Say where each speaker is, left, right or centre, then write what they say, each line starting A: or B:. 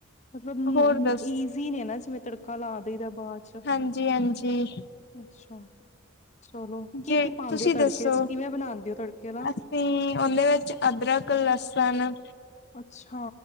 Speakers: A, on the left (about 35°); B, on the left (about 55°).
A: ਮਤਲਬ ਈ
B: ਹੋਰ ਦੱਸ
A: ਈ ਈਜ਼ੀ ਨੇ ਨਾ ਜਿਵੇਂ ਤੜਕਾ ਹਲਾ ਦਇਦਾ ਬਾਜਰਾ
B: ਹਾਂਜੀ-ਹਾਂਜੀ
A: <unintelligible> ਅੱਛਾ। ਚਲੋ ਕੀ
B: ਜੇ
A: ਕੀ ਪਾਉਂਦੇ
B: ਤੁਸੀਂ
A: ਹੋ ਤੜਕੇ
B: ਦੱਸੋ,
A: ਚ ਕਿਵੇਂ ਬਣਾਉਂਦੇ ਹੋ ਤੜਕੇ ਵਾਲਾ
B: ਅਸੀਂ ਉਹਲੇ ਵਿੱਚ ਅਦਰਕ ਲਸੁਨ ਪਾਣਾ
A: ਅੱਛਾ